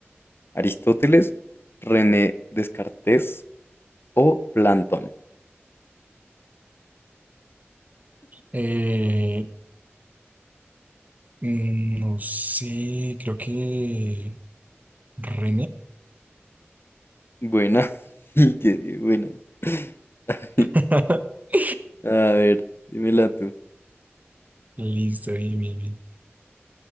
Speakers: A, on the left; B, on the right.
A: ¿Aristóteles, René Descartes o Plantón?
B: Eh, mm, no sé, creo que René.
A: Buena. <laughs> Qué buena. <laughs>
B: <laughs>
A: A ver, dímela tú.
B: Listo, bien, bien, bien.